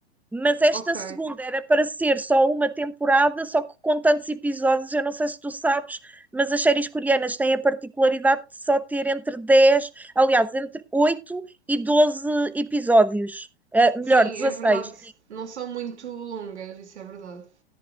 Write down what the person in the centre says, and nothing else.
Mas esta
segunda era para ser só uma temporada, só que com tantos episódios, eu não sei se tu sabes, mas as séries coreanas têm a particularidade de só ter entre 10, aliás, entre 8 e 12 episódios, Eh, melhor,
16.